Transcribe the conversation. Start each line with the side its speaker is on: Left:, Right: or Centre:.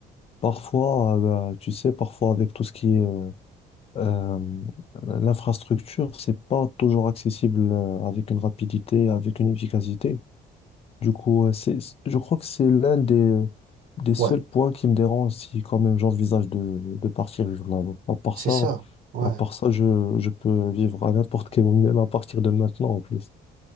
Left: Parfois, euh, bah, tu sais, parfois avec tout ce qui est euh, Euh, l'infrastructure, c'est pas toujours accessible euh, avec une rapidité, avec une efficacité. Du coup, euh, c'est, c'est- je crois que c'est l'un des, des seuls
Right: ouais,
Left: points qui me dérange si quand même j'envisage de, de partir vivre là-bas. À part
Right: c'est
Left: ça,
Right: ça. Ouais,
Left: à part ça, je, je peux vivre à n'importe quel moment, même à partir de maintenant en plus.